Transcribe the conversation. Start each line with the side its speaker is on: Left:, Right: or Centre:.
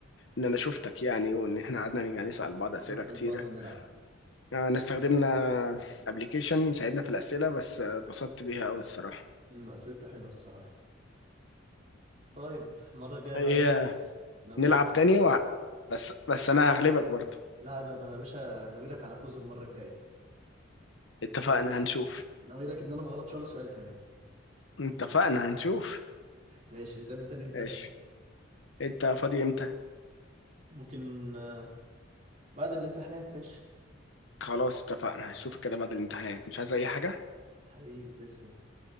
Left: إن أنا شفتك يعني وإن إحنا قعدنا نيجي نسأل بعض أسئلة
Right: نسأل
Left: كتيرة
Right: بعض ونلعب
Left: آه، أنا استخدمنا أبلكيشن يساعدنا في الأسئلة بس آه، اتبسطت بيها أوي الصراحة
Right: مم، أسئلته حلوة الصراحة طيب المرة الجاية
Left: هي
Right: بقى إيه ناوي
Left: نلعب
Right: لك على
Left: تاني و...
Right: فوز
Left: بس بس انا هغلبك برضو
Right: لا ده انا يا باشا ناوي لك على فوز المره الجايه
Left: اتفقنا هنشوف
Right: ناوي لك ان انا ما غلطش ولا سؤال كمان
Left: اتفقنا هنشوف
Right: ماشي نتقابل تاني امتى
Left: ماشي انت فاضي امتى
Right: ممكن آه، بعد الامتحانات ماشي
Left: خلاص اتفقنا هشوفك كده بعد الامتحانات مش عايز اي حاجة
Right: حبيبي تسلم